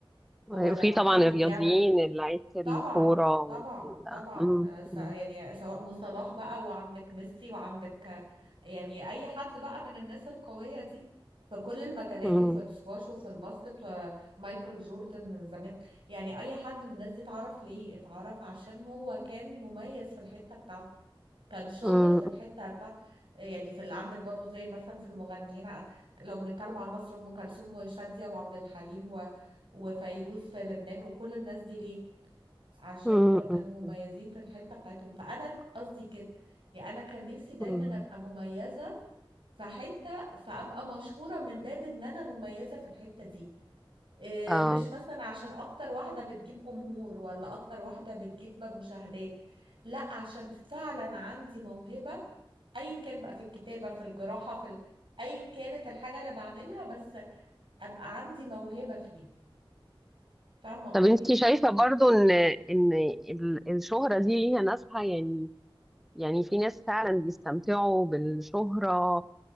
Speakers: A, in the centre; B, on the right (about 60°).
A: أيوة،
B: هو لما
A: وفي طبعا
B: حد
A: الرياضيين
B: بيعمل
A: اللي لعيبة الكورة
B: طبعا
A: وال
B: طبعا طبعا
A: مم،
B: آه، س-
A: مم،
B: يعني سواء مو صلاح بقى وعندك ميسي وعندك آه، يعني اي حد بقى من الناس القوية دي في كل المجالات
A: مم،
B: وفي السكواش وفي الباسكت آه، مايكل جوردن زمان يعني اي حد من الناس دي اتعرف ليه اتعرف عشان هو كان مميز في الحتة بتاعته كان شاطر
A: مم،
B: في الحتة بتاع يعني في اللي عندك برضو زي مثلا في المغنيين آه، لو بنتكلم على مصر ام كلثوم وشادية وعبد الحليم و... وفيروز في لبنان وكل الناس دي ليه عشان
A: مم،
B: ب... كانوا
A: مم،
B: مميزين في الحتة بتاعتهم فأنا ك- قصدي كده يعني أنا كان نفسي دايما
A: مم.
B: أبقى مميزة في حتة فأبقى مشهورة من باب إن أنا مميزة في الحتة دي إيه،
A: اه
B: مش مثلا عشان أكتر واحدة بتجيب جمهور ولا أكتر واحدة بتجيب مشاهدات لا عشان فعلا عندي موهبة أيا كان بقى في الكتابة في الجراحة في ال... أيا كانت الحاجة اللي بعملها بس أبقى عندي موهبة فيها فاهمة قصدي؟
A: طب انت شايفة برضو ان ان ال- الشهرة دي ليها ناسها يعني يعني في ناس فعلا بيستمتعوا بالشهرة